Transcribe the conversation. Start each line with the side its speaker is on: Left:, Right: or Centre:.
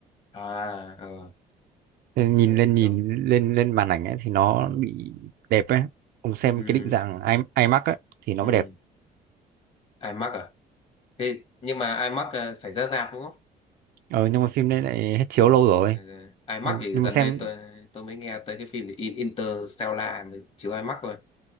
Left: à ờ
Right: Thế nhìn
Left: ok
Right: lên nhìn
Left: ok
Right: lên lên màn ảnh ấy thì nó bị đẹp ấy ông xem
Left: ừ
Right: cái định dạng I- IMAX ấy thì nó
Left: ừ
Right: mới đẹp
Left: iMac à thế nhưng mà iMac ờ, phải ra rạp đúng không
Right: ờ nhưng mà phim đấy lại hết chiếu
Left: ờ
Right: lâu rồi
Left: ờ, iMac
Right: Ừ,
Left: thì
Right: nhưng
Left: gần
Right: mà xem
Left: đây tôi tôi mới nghe tới cái phim thì In- Interstellar mới chiếu iMac rồi